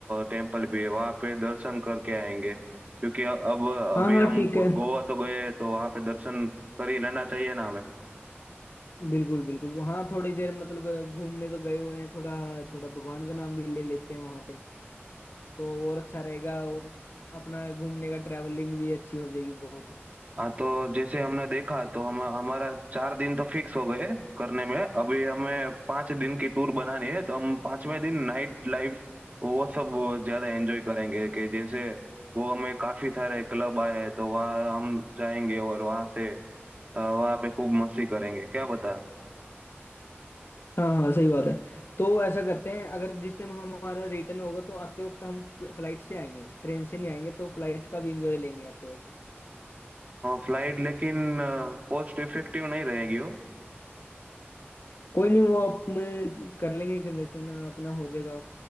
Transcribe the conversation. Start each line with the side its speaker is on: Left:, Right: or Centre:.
Right: टेम्पल भी है वहाँ पे दर्शन करके आएंगे क्योंकि अ- अब अभी
Left: हाँ हाँ
Right: हम
Left: ठीक
Right: गो-
Left: है
Right: गोवा तो गए तो वहाँ पे दर्शन कर ही लेना चाहिए ना हमें
Left: बिल्कुल बिल्कुल वहाँ थोड़ी देर मतलब घूमने तो गए हुए हैं थोड़ा थोड़ा भगवान का नाम भी ले लेते हैं वहाँ पे तो और अच्छा रहेगा और अपना घूमने का ट्रैवलिंग भी अच्छी हो जाएगी बहुत
Right: हाँ तो जैसे हमने देखा तो हम हमारा चार दिन तो फिक्स हो गए करने में अभी हमें पांच दिन की टूर बनानी है तो हम पांचवें दिन नाइट लाइफ वो सब ज्यादा एंजॉय करेंगे कि जैसे वो हमें काफी सारे क्लब आए हैं तो वहाँ हम जाएंगे और वहाँ से अ, वहाँ पे खूब मस्ती करेंगे क्या बता
Left: हाँ हाँ सही बात है तो ऐसा करते हैं अगर जिस टाइम हमारा रिटर्न होगा तो आते वक्त हम फ्लाइट से आएंगे ट्रेन से नहीं आएंगे तो फ्लाइट का भी इंजॉय लेंगे आते वक्त
Right: फ्लाइट लेकिन कॉस्ट इफेक्टिव नहीं रहेगी वो
Left: कोई नहीं वो आप में कर लेंगे कंजेशन अपना हो जाएगा